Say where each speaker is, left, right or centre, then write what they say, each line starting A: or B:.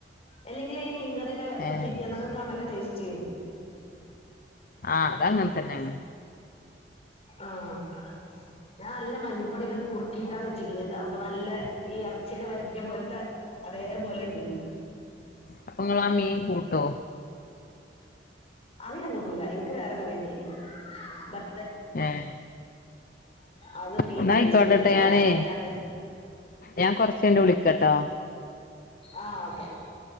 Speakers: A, on the left; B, on the left.
A: അല്ലെങ്കിലും ഈ മീൻ കറി. <unintelligible>
B: ഏഹ്
A: പിറ്റേന്ന് ഒക്കെ കാണല് ടേസ്റ്റ്. ചേരും
B: ആഹ് അത് അങ്ങനെ തന്നെയാണ്.
A: ഉം ഞാൻ നല്ല മല്ലിപ്പൊടിയൊക്കെ ഇട്ട് കുറുക്കിയിട്ടാ വെച്ചിക്കുന്നതേണ്ട്, അപ്പൊ നല്ല ഈ ഇറച്ചിയൊക്കെ വരറ്റിയ പോലത്തെ. അതേപോലെ ഉണ്ടേനി
B: അപ്പൊ നിങ്ങള് ആ മീൻ കൂട്ടുമോ.
A: അത് ഞാൻ കൂട്ടൂല. നിക്ക് വേറെ കറി കിട്ടിയാനി <unintelligible>
B: ഏഹ്
A: അത് പീര
B: എന്നാ ആയിക്കോട്ടെ
A: വെച്ചിക്കേനി തേങ്ങ
B: ഞാന്
A: ഒക്കെ ഇട്ടാണ്ട്
B: ഞാൻ കൊറച്ചു കഴിഞ്ഞു വിളിക്കട്ടോ.
A: ആഹ് ഓക്കേ